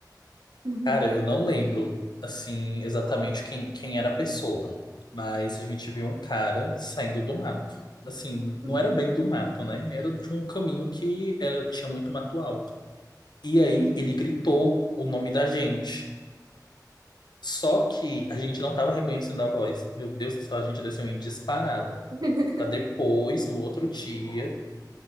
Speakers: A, on the right (about 65°); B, on the left (about 75°).
A: Uhum.
B: Cara, eu não lembro, assim, exatamente quem, quem era a pessoa, mas a gente viu um cara saindo do mato. Assim,
A: Uhum.
B: não era bem do mato, né? Era de um caminho que era, tinha muito mato alto. E aí
A: Uhum.
B: ele gritou o nome da gente. Só que a gente não estava reconhecendo a voz. Meu Deus do céu, a gente desceu em disparada.
A: <laughs>
B: Para depois, no outro dia,